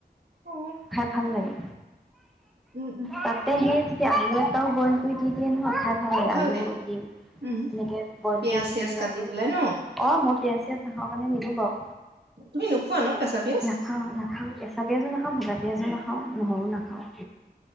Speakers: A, on the right; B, in the centre.
A: অ
B: খাই ভাল লাগে
A: উম উম।
B: তাতে সেই যদি আলু এটাও বইল কৰি দি দিয়ে ন হঠাৎ
A: ভাল
B: আলু
A: লাগিব
B: দিম,
A: উম
B: এনেকে বইল
A: পিয়াজ
B: কৰি পিটিকা
A: চিয়াজ কাটি
B: কৰি
A: পেলাই ন
B: অ', মই পিয়াজ চিয়াজ নাখাওঁ কাৰণে নিদো বাৰু।
A: তুমি নোখোৱা ন কেঁচা পিয়াঁজ?
B: অ', নাখাওঁ, কেঁচা পিয়াজো নাখাওঁ, ভজা পিয়াজো নাখাওঁ, নহৰু নাখাওঁ।